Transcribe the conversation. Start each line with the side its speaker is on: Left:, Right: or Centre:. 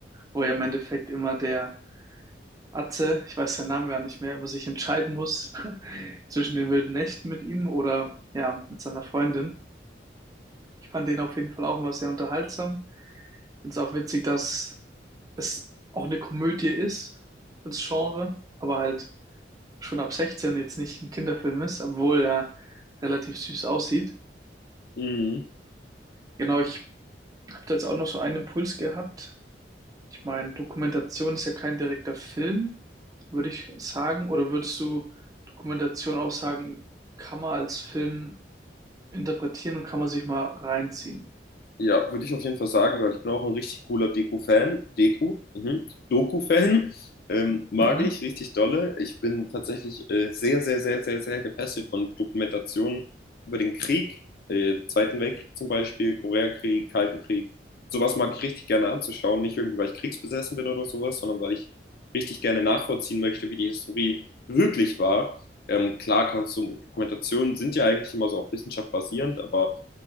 Right: wo ja im Endeffekt immer der Atze, ich weiß seinen Namen gar nicht mehr, was ich entscheiden muss <laughs> zwischen den wilden Nächten mit ihm oder ja, mit seiner Freundin. Ich fand den auf jeden Fall auch immer sehr unterhaltsam. Find's auch witzig, dass es auch eine Komödie ist als Genre, aber halt schon ab 16 jetzt nicht ein Kinderfilm ist, obwohl er relativ süß aussieht.
Left: Mhm.
Right: Genau, ich habe da jetzt auch noch so einen Impuls gehabt. Ich meine, Dokumentation ist ja kein direkter Film, würde ich sagen. Oder würdest du Dokumentation auch sagen, kann man als Film interpretieren und kann man sich mal reinziehen?
Left: Ja, würde ich auf jeden Fall sagen, weil ich bin auch ein richtig cooler Deko, fan deko mhm. Doku-Fan, ähm, mag
Right: Mhm.
Left: ich richtig dolle. Ich bin tatsächlich äh, sehr, sehr, sehr, sehr, sehr gefesselt von Dokumentationen über den Krieg, äh, Zweiten Weltkrieg zum Beispiel, Koreakrieg, Kalten Krieg. Sowas mag ich richtig gerne anzuschauen, nicht irgendwie, weil ich kriegsbesessen bin oder sowas, sondern weil ich richtig gerne nachvollziehen möchte, wie die Historie wirklich war. Ähm, klar kannst du, Dokumentationen sind ja eigentlich immer so auf Wissenschaft basierend, aber